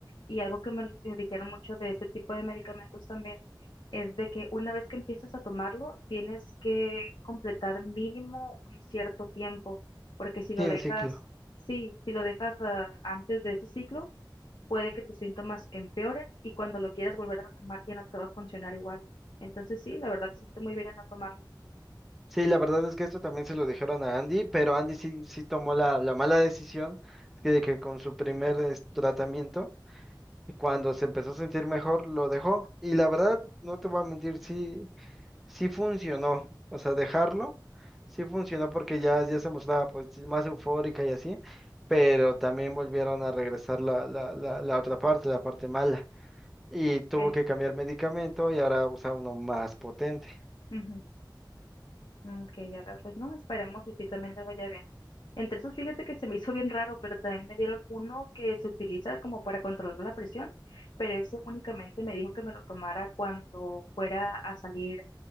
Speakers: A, on the left; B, in the centre.
A: Y algo que me l- me dijeron mucho de este tipo de medicamentos también es de que una vez que empiezas a tomarlo, tienes que completar mínimo un cierto tiempo, porque si lo
B: Sí,
A: dejas,
B: un ciclo.
A: sí, si lo dejas ah, antes de ese ciclo, puede que tus síntomas empeoren y cuando lo quieras volver a tomar ya no te va a funcionar igual. Entonces sí, la verdad hiciste muy bien en no tomarlo.
B: Sí, la verdad es que esto también se lo dijeron a Andy, pero Andy sí, sí tomó la, la mala decisión que- de que con su primer es, tratamiento, cuando se empezó a sentir mejor, lo dejó. Y la verdad, no te voy a mentir, sí, sí funcionó, o sea, dejarlo, sí funcionó porque ya, ya se mostraba pues sí, más eufórica y así, pero también volvieron a regresar la, la, la, la otra parte, la parte mala, y
A: Ok,
B: tuvo que cambiar medicamento y ahora usa uno más potente.
A: ujú, mm, ok, ya veo. Pues no, esperemos que sí también le vaya bien. Entre esos, fíjate que se me hizo bien raro, pero también me dieron uno que se utiliza como para controlar la presión, pero ese únicamente me dijo que me lo tomara cuando fuera a salir